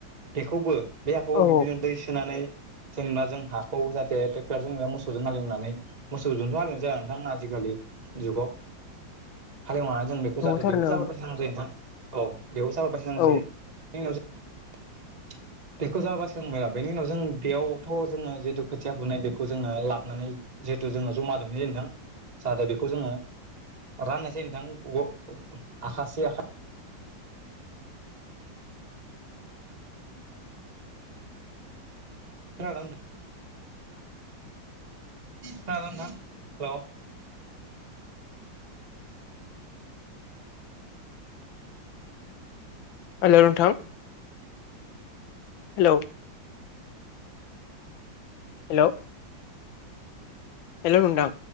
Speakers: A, on the right (about 25°); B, on the left (about 80°).
A: बेखौबो बे हाखौबो
B: औ
A: बिदिनो
B: नंगौ
A: दै सोनानै जेनेबा जों हाखौ जाथे ट्रेक्टरजों मोसौजों हालेवनानै मोसौजोंथ' हालेवनानै जाया नोंथां आजिखालि जुगाव हालेवनानै जों बेखौ जाहाते
B: थारैनो
A: बेयावबो जाबोर बासिनांगौ जायो नोंथां औ बेबो जाबोर बासिनांगौ
B: औ
A: जायो। बिनि उनाव <inaudible> बेखौ जाबोर बेनि उनाव जों बेयावथ' जोङो जिेथु खोथिया फुनाय बेखौ जोङो लाबनानै जिहेतु जोङो जमा दमै जाहाथे बेखौ जोङो राननाय जायो नोंथां आखासे आखा खोनादों खोनादों नोंथां औ।
B: हेलौ नोंथां हेलौ। हेल'। हेलौ नोंथां।